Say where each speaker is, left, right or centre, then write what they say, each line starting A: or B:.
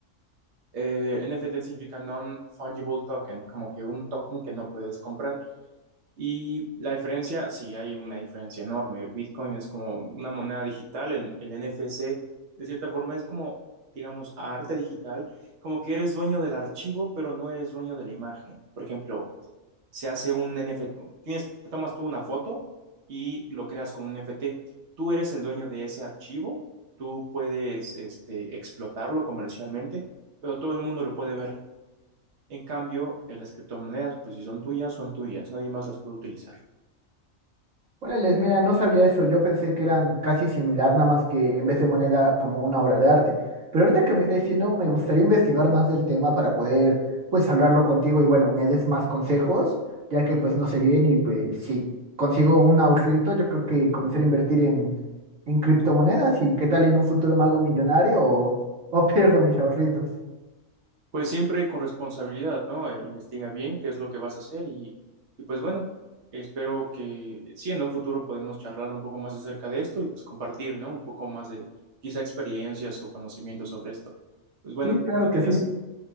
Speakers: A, on the right (about 60°); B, on the right (about 85°).
A: Eh, NFT significa Non-Fungible Token, como que un token que no puedes comprar. Y la diferencia, sí, hay una diferencia enorme. El Bitcoin es como una moneda digital, en el NFC, de cierta forma, es como, digamos, arte digital, como que eres dueño del archivo, pero no eres dueño de la imagen. Por ejemplo, se hace un NFT, tienes, te tomas tú una foto y lo creas como un NFT. Tú eres el dueño de ese archivo, tú puedes, este, explotarlo comercialmente, pero todo el mundo lo puede ver. En cambio, eh, las criptomonedas, pues si son tuyas, son tuyas, nadie más las puede utilizar.
B: Órales, mira, no sabía eso. Yo pensé que eran casi similar, nada más que en vez de moneda como una obra de arte. Pero ahorita que me está diciendo, me gustaría investigar más del tema para poder, pues, hablarlo contigo y bueno, me des más consejos, ya que pues no sé bien y pues si consigo un ahorrito, yo creo que comenzar a invertir en, en criptomonedas y qué tal en un futuro me hago millonario o, <laughs> o pierdo mis ahorritos.
A: Pues siempre con responsabilidad, ¿no? Eh, investiga bien qué es lo que vas a hacer y, y pues bueno, espero que sí, en un futuro podemos charlar un poco más acerca de esto y pues compartir, ¿no? Un poco más de quizá experiencias o conocimientos sobre esto. Pues bueno,
B: Sí, claro
A: que
B: que
A: tengas,
B: sí.